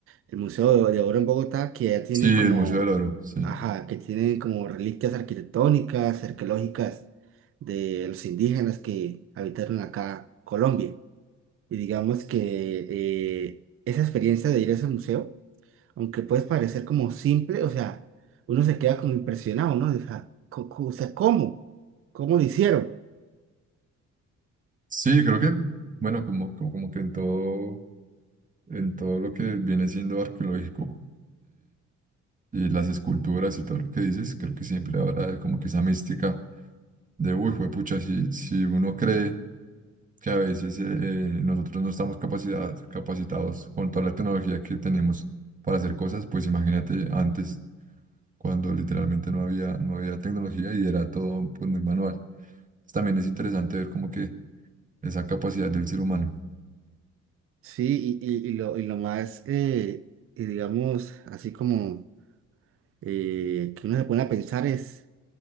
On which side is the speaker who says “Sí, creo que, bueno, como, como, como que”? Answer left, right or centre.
Right